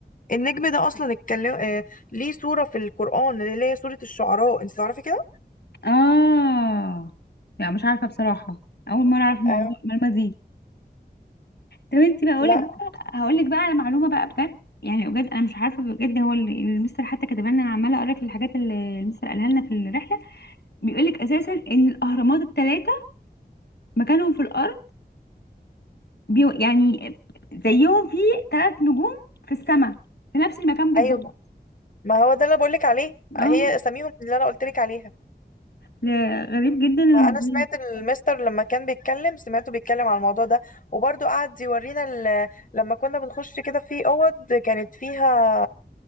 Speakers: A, on the left; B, on the left.
A: النجم ده اصلا اتكلم آه، ليه سورة في القرآن اللي هي سورة الشعراء انت تعرفي كده؟
B: اه يعني مش عارفه بصراحه اول مره اعرف الموضوع
A: أيوة
B: المعلومه دي طب انت بقى اقول
A: لا
B: لك بقى هقول لك بقى على معلومه بقى بجد يعني بجد انا مش عارفه بجد هو اللي المستر حتى كاتبها لنا انا عماله اقرا لك الحاجات اللي المستر قالها لنا في الرحله بيقولك اساسا ان الاهرامات الثلاثه مكانهم في الارض بيو يعني زيهم في ثلاث نجوم في السماء في نفس المكان بالظبط
A: ايوه ما هو ده اللي بقولك عليه
B: اه
A: هي اساميهم اللي انا قلتلك عليها
B: لا، غريب جدا الموضوع
A: وانا سمعت المستر لما كان بيتكلم سمعته بيتكلم على الموضوع ده وبرضه قعد يورينا ال- لما كنا بنخش كده في اوض كانت فيها